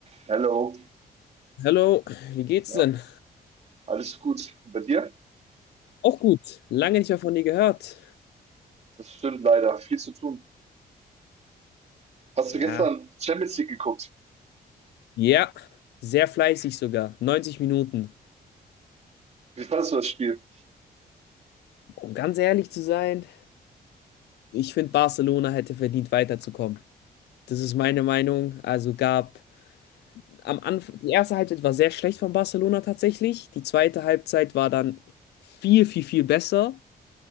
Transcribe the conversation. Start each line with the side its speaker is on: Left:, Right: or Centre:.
Right: Hello.
Left: Hallo, wie geht's
Right: Ja,
Left: denn?
Right: alles gut. Und bei dir?
Left: Auch gut, lange nicht mehr von dir gehört.
Right: Das stimmt leider. Viel zu tun. Hast du
Left: Ja.
Right: gestern Champions League geguckt?
Left: Ja, sehr fleißig sogar, 90 Minuten.
Right: Wie fandest du das Spiel?
Left: Um ganz ehrlich zu sein, ich finde, Barcelona hätte verdient weiterzukommen. Das ist meine Meinung. Also gab am Anfang, die erste Halbzeit war sehr schlecht von Barcelona tatsächlich. Die zweite Halbzeit war dann viel, viel, viel besser.